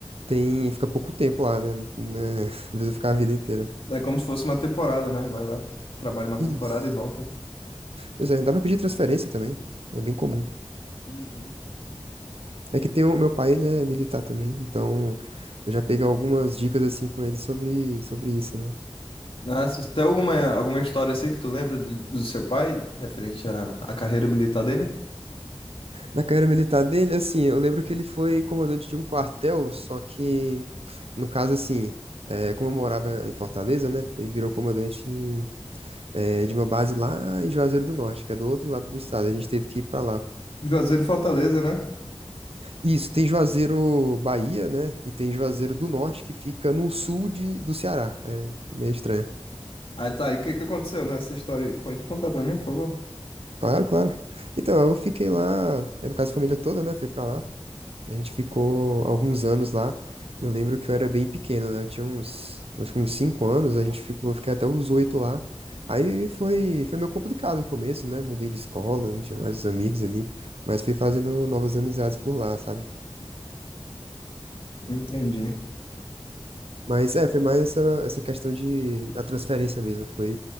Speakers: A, on the right; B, on the left.
A: tem, fica pouco tempo lá, né? Não é- <laughs> Precisa ficar a vida inteira.
B: É como se fosse uma temporada, né? Vai lá, trabalha uma temporada
A: Isso.
B: e volta.
A: Pois é, dá pra pedir transferência também. É bem comum.
B: Uhum.
A: É que tem o meu pai, ele é militar também, então eu já peguei algumas dicas assim com ele sobre, sobre isso, né?
B: Nossa, tem alguma, alguma história assim que tu lembra de- do seu pai, referente à, à carreira militar dele?
A: Na carreira militar dele, assim, eu lembro que ele foi comandante de um quartel, só que No caso, assim, é, como eu morava em Fortaleza, né? Ele virou comandante, é, de uma base lá em Juazeiro do Norte, que é do outro lado do estado. A gente teve que ir pra lá.
B: Juazeiro e Fortaleza, né?
A: Isso, tem Juazeiro, Bahia, né? E tem Juazeiro do Norte, que fica no sul de, do Ceará. É meio estranho.
B: Aí tá, e o que que aconteceu nessa história aí? Pode contar pra mim, por favor?
A: Claro, claro. Então, eu fiquei lá, é, no caso, a família toda, né? Foi pra lá. A gente ficou alguns anos lá. Eu lembro que eu era bem pequeno, né? Eu tinha uns, acho que uns cinco anos, a gente ficou, eu fiquei até os oito lá. Aí foi, foi meio complicado o começo, né? Mudei de escola, não tinha mais os amigos ali, mas fui fazendo novas amizades por lá, sabe?
B: Entendi.
A: Mas é, foi mais essa, essa questão de, da transferência mesmo. Foi,